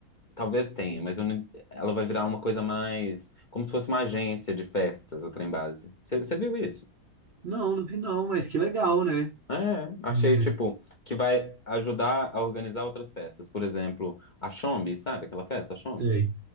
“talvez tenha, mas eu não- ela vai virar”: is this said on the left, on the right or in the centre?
Left